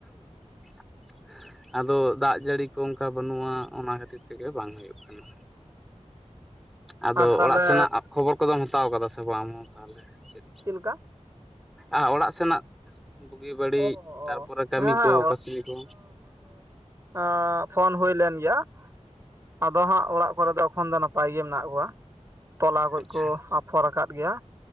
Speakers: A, in the centre; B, on the right.
A: <inaudible> ᱟᱫᱚ ᱫᱟᱜ ᱡᱟᱹᱲᱤ ᱠᱚ ᱚᱱᱠᱟ ᱵᱟᱹᱱᱩᱜᱼᱟ ᱚᱱᱟ ᱠᱷᱟᱹᱛᱤᱨ ᱛᱮᱜᱮ ᱵᱟᱝ ᱦᱩᱭᱩᱜ ᱠᱟᱱᱟ ᱟᱫᱚ
B: ᱟᱨ ᱛᱟᱦᱚᱞᱮ
A: ᱚᱲᱟᱜ ᱥᱮᱱᱟᱜ ᱠᱷᱚᱵᱚᱨ ᱠᱚᱫᱚᱢ ᱦᱟᱛᱟᱣ ᱠᱟᱫᱟ ᱥᱮ ᱵᱟᱝ ᱟᱢ ᱦᱚᱸ ᱛᱟᱦᱞᱮ ᱪᱮᱫ
B: ᱪᱮᱫ ᱞᱮᱠᱟ
A: ᱟ ᱚᱲᱟᱜ ᱥᱮᱱᱟᱜ ᱵᱩᱜᱤ ᱵᱟᱹᱲᱤᱡ
B: ᱚ
A: ᱛᱟᱨᱯᱚᱨᱮ
B: ᱚ
A: ᱠᱟᱹᱢᱤ
B: ᱦᱮᱸ ᱦᱮᱸ
A: ᱠᱚ ᱠᱟᱹᱥᱱᱤ ᱠᱚ
B: ᱟᱸ ᱯᱷᱳᱱ ᱦᱩᱭ ᱞᱮᱱ ᱜᱮᱭᱟ ᱟᱫᱚ ᱦᱟᱸᱜ ᱚᱲᱟᱜ ᱠᱚᱨᱮ ᱫᱚ ᱮᱠᱷᱚᱱ ᱫᱚ ᱱᱟᱯᱟᱭ ᱜᱮ ᱢᱮᱱᱟᱜ ᱠᱚᱣᱟ ᱛᱚᱞᱟ ᱠᱚᱡ
A: ᱟᱪᱪᱷᱟ
B: ᱠᱚ ᱟ ᱯᱷᱚᱨ ᱠᱟᱫ ᱜᱮᱭᱟ